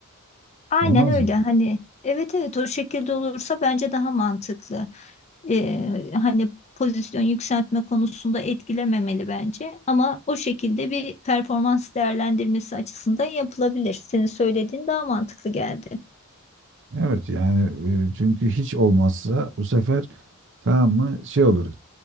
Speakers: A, on the left; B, on the right.
A: Aynen
B: Olmaz
A: öyle
B: mı?
A: hani evet evet o şekilde olursa bence daha mantıklı. Ee, hani pozisyon yükseltme konusunda etkilememeli bence ama o şekilde bir performans değerlendirmesi açısından yapılabilir. Senin söylediğin daha mantıklı geldi.
B: Evet yani e, çünkü hiç olmazsa bu sefer tamam mı şey olur